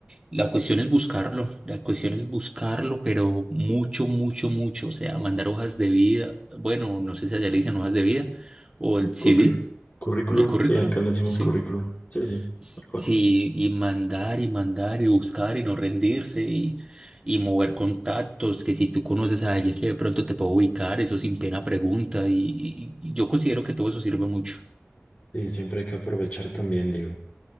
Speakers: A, on the right (about 20°); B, on the left (about 40°).
A: La cuestión es buscarlo, la cuestión es buscarlo, pero mucho, mucho, mucho. O sea, mandar hojas de vida. Bueno, no sé si allá le dicen hojas de vida o el CV,
B: Curri- currículum,
A: el currículum,
B: sí, acá le decimos
A: sí.
B: currículum. Sí, sí,
A: Sí,
B: tal cual.
A: y mandar y mandar y buscar y no rendirse y, y mover contactos, que si tú conoces a alguien que de pronto te puede ubicar, eso sin pena pregunta y, y- y yo considero que todo eso sirve mucho.
B: Sí, siempre hay que aprovechar también, digo.